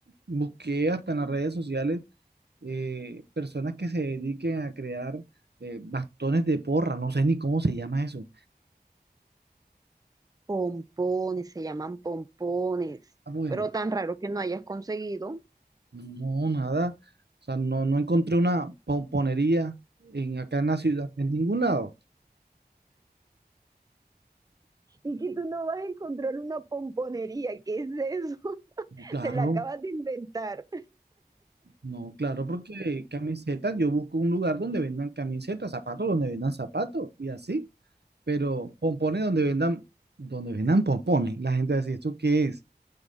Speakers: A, on the right; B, on the right.
A: busqué hasta en las redes sociales eh, personas que se dediquen a crear eh, bastones de porra, no sé ni cómo se llama eso.
B: pompones, se llaman pompones,
A: Ah, bueno,
B: pero tan raro que no hayas conseguido.
A: no, nada, o sea, no, no encontré una pomponería en, acá en la ciudad, en ningún lado.
B: Y que tú no vas a encontrar una pomponería, ¿qué es eso? <laughs>
A: Claro.
B: Te la acabas de inventar.
A: No, claro, porque camisetas, yo busco un lugar donde vendan camisetas, zapatos donde vendan zapatos y así, pero pompones donde vendan, donde vendan pompones. La gente va a decir, ¿esto qué es?